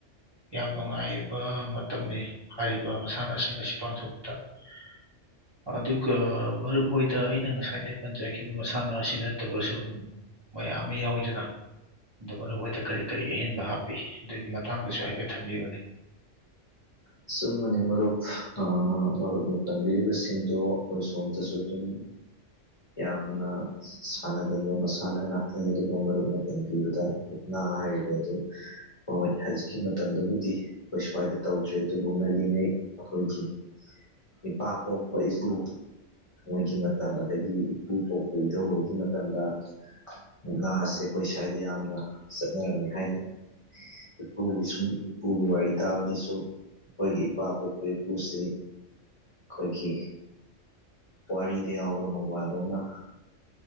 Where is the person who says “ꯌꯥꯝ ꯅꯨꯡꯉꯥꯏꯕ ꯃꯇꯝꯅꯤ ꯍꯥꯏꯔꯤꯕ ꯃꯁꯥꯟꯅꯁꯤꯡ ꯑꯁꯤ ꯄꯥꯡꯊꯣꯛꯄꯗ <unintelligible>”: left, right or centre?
Right